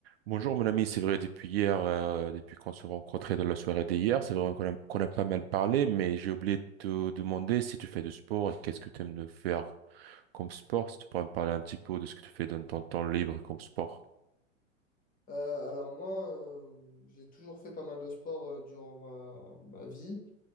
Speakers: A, on the right; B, on the left.
A: Bonjour mon ami, c'est vrai depuis hier, euh, depuis qu'on se rencontrait dans la soirée d'hier, c'est vrai qu'on a, qu'on a pas mal parlé, mais j'ai oublié de te demander si tu fais du sport et qu'est-ce que tu aimes de faire comme sport, si tu pourrais me parler un petit peu de ce que tu fais dans ton temps libre comme sport.
B: Euh, alors moi, euh, j'ai toujours fait pas mal de sport euh, durant ma, ma vie.